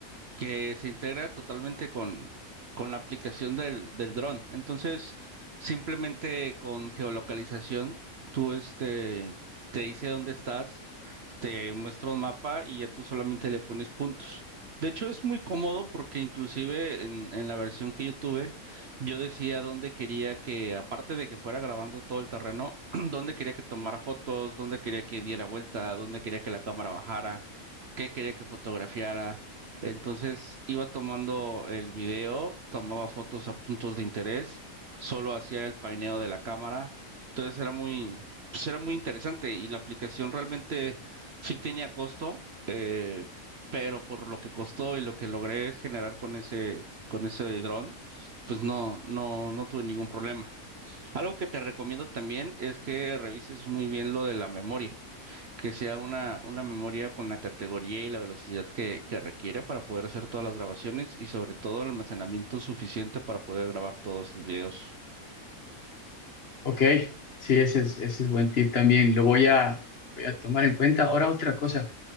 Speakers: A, on the right; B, on the left.
A: que se integra totalmente con, con la aplicación del, del dron. Entonces, simplemente con geolocalización, tú este, te dice dónde estás, te muestra un mapa y ya tú solamente le pones puntos. De hecho, es muy cómodo porque inclusive en, en la versión que yo tuve, yo decía dónde quería que, aparte de que fuera grabando todo el terreno, <clears throat> dónde quería que tomara fotos, dónde quería que diera vuelta, dónde quería que la cámara bajara qué quería que fotografiara. Entonces iba tomando el video, tomaba fotos a puntos de interés, solo hacía el paineo de la cámara. Entonces era muy, pues era muy interesante y la aplicación realmente sí tenía costo, eh, pero por lo que costó y lo que logré generar con ese, con ese dron, pues no, no, no tuve ningún problema. Algo que te recomiendo también es que revises muy bien lo de la memoria que sea una, una memoria con la categoría y la velocidad que, que requiere para poder hacer todas las grabaciones y sobre todo el almacenamiento suficiente para poder grabar todos estos videos.
B: Ok, sí, ese es, ese es buen tip también. Lo voy a, voy a tomar en cuenta. Ahora otra cosa.